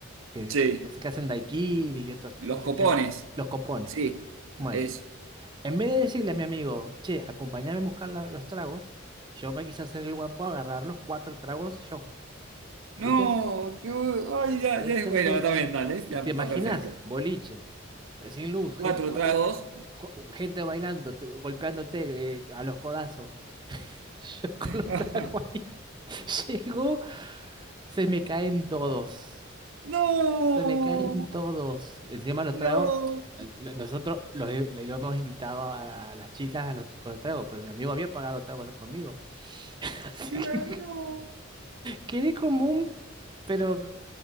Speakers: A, on the right; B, on the right.
A: que
B: Sí,
A: no sé qué hacen daiquiris y otros,
B: los
A: no
B: copones.
A: sé qué, los copones.
B: Sí,
A: Bueno,
B: eso.
A: en vez de decirle a mi amigo, che, acompáñame a buscar la- los tragos, yo me quise hacer el guapo, agarrar los cuatro tragos yo,
B: No,
A: viste.
B: qué bu- ay, ya,
A: Entonces,
B: ya es bueno, también dale,
A: y
B: ya
A: te
B: está
A: imaginas,
B: perfecto.
A: boliche, sin luz,
B: Cuatro
A: gente bailando.
B: tragos.
A: Gente bailando, te- golpeándote eh, a los codazos. <laughs> Yo con
B: <laughs>
A: los tragos ahí. <laughs> Llego, se me caen todos.
B: No,
A: Se me caen todos. Encima los
B: no,
A: trago eh, no- Nosotros los, i- le íbamos invitado a, a las chicas a los- con el trago, pero mi amigo había pagado tragos conmigo. <laughs> Así
B: claro.
A: que
B: no.
A: quedé como un, pero